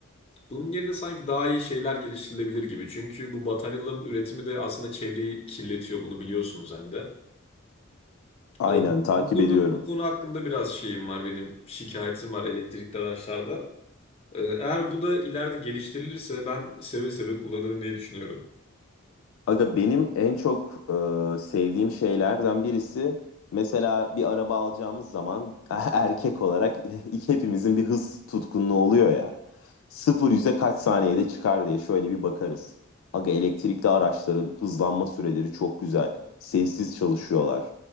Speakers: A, on the left (about 30°); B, on the left (about 70°).
A: bunun yerine sanki daha iyi şeyler geliştirilebilir gibi. Çünkü bu bataryaların üretimi de aslında çevreyi kirletiyor. Bunu biliyorsun sen de.
B: Aynen
A: E,
B: takip
A: bu konu
B: ediyorum.
A: bu konu hakkında biraz şeyim var benim şikayetim var elektrikli araçlarda. E, eğer bu da ileride geliştirilirse ben seve seve kullanırım diye düşünüyorum.
B: Aga benim en çok e, sevdiğim şeylerden birisi mesela bir araba alacağımız zaman <laughs> erkek olarak <laughs> hepimizin bir hız tutkunluğu oluyor ya. Sıfır yüze kaç saniyede çıkar diye şöyle bir bakarız. Aga elektrikli araçların hızlanma süreleri çok güzel. Sessiz çalışıyorlar.